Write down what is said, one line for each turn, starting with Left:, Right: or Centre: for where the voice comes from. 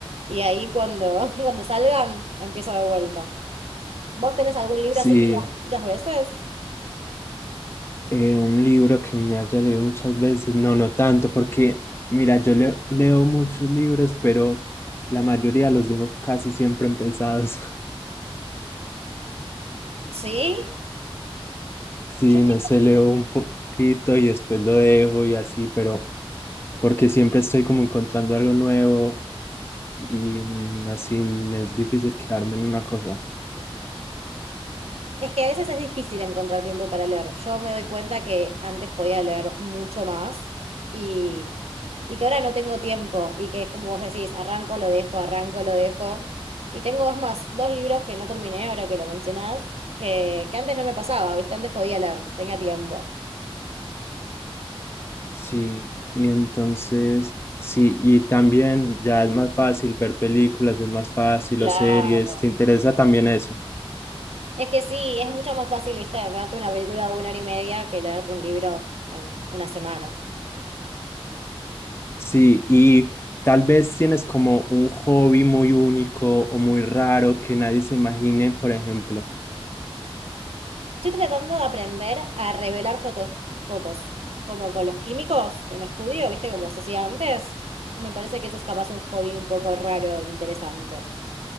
Right: y ahí cuando, <laughs> cuando salgan empiezo de vuelta. ¿Vos tenés algún libro
Left: Sí.
Right: así que leas muchas veces?
Left: Eh, un libro que me haya leído muchas veces, no, no tanto, porque mira, yo leo, leo muchos libros, pero la mayoría los dejo casi siempre empezados. <laughs>
Right: Sí,
Left: Sí,
Right: yo
Left: no sé, leo un poquito y después lo dejo y así, pero porque siempre estoy como encontrando algo nuevo y mm, así me es difícil quedarme en una cosa.
Right: Es que a veces es difícil encontrar tiempo para leer. Yo me doy cuenta que antes podía leer mucho más y, y que ahora no tengo tiempo y que es como vos decís, arranco, lo dejo, arranco, lo dejo. Y tengo, es más, dos libros que no terminé ahora que lo mencionás, que, que antes no me pasaba, ¿viste? Antes podía leer, tenía tiempo.
Left: Sí, y entonces, sí, y también ya es más fácil ver películas, es más fácil
Right: Claro.
Left: o series, ¿te interesa también eso?
Right: Es que sí, es mucho más fácil, ¿viste? Verte una película de una hora y media que leerte un libro en una semana.
Left: Sí, y tal vez tienes como un hobby muy único o muy raro que nadie se imagine, por ejemplo.
Right: Estoy tratando de aprender a revelar fotos, fotos, como con los químicos en estudio, ¿viste? Como se hacía antes. Me parece que ese es capaz un hobby un poco raro e interesante.